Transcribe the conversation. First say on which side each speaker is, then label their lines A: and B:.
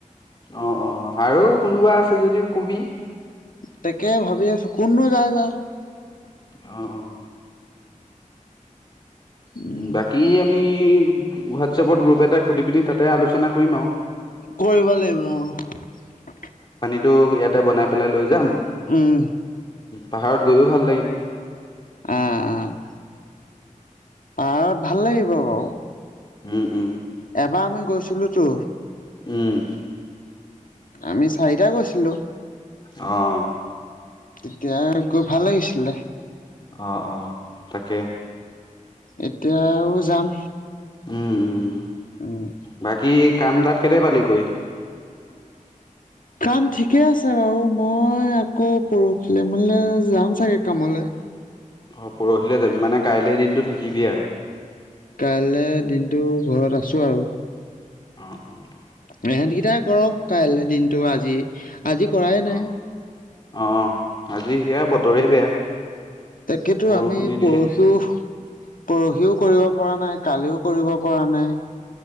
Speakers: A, on the left; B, on the left.
A: অ' অ'। আৰু কোনোবা আছে যদি কবি!
B: তাকে ভাবি আছো, কোননো যায় জানো?
A: অ' অ'।
B: উম
A: বাকী আমি হোৱাটছএপত গ্ৰুপ এটা খুলি পিনি তাতে আলোচনা কৰিম আৰু!
B: কৰিব লাগিব অ'।
A: এইটো ইয়াতে বনাই পেলাই লৈ যাম।
B: উম।
A: পাহাৰত গৈও ভাল লাগিব।
B: অ' অ'। পাহাৰত ভাল লাগিব বাৰু!
A: উম উম।
B: এবাৰ আমি গৈছিলোতো।
A: উম।
B: আমি চাৰিটা গৈছিলোঁ।
A: অ'।
B: তেতিয়া গৈ ভাল লাগিছিলে।
A: অ' অ' তাকে!
B: এতিয়াও যাম।
A: উম উম।
B: উম
A: বাকী? কাম তাত কেতিয়া পালিগৈ?
B: কাম ঠিকে আছে বাৰু, মই আকৌ পৰহিলৈ মানে যাম চাগে কামলৈ!
A: অ' পৰহিলৈ যাবি? মানে কাইলে দিনটো থাকিবি আৰু।
B: কাইলে দিনটো ঘৰত আছোঁ আৰু।
A: অ' অ'।
B: সিহেঁতকেইটাই কৰক কাইলৈ দিনটো, আজি কৰাই নাই
A: অ' অ', আজি সেয়া বত বতৰেই বেয়া।
B: তাকেতো,
A: বৰষুণে
B: আমি
A: দিলে
B: পৰহিও, পৰহিও কৰিব পৰা নাই, কালিও কৰিব পৰা নাই।